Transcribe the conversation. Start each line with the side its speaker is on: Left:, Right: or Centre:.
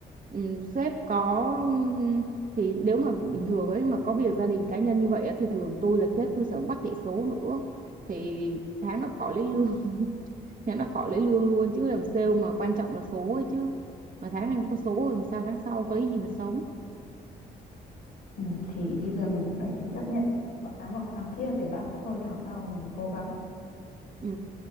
Right: Ừ, sếp có ừm, thì nếu mà bình thường ấy mà có việc gia đình cá nhân như vậy á, thì thường tôi là sếp tôi sống bắt chạy số nữa thì tháng nó khỏi lấy lương <laughs> tháng nó khỏi lấy lương luôn chứ làm sale mà quan trọng là số ấy chứ mà tháng này không có số làm sao tháng sau có lấy gì mà sống
Left: ừ, thì bây giờ mình cũng đành phải chấp nhận có tháng nọ tháng kia về bảo thôi tháng sau mình cố gắng
Right: ừ.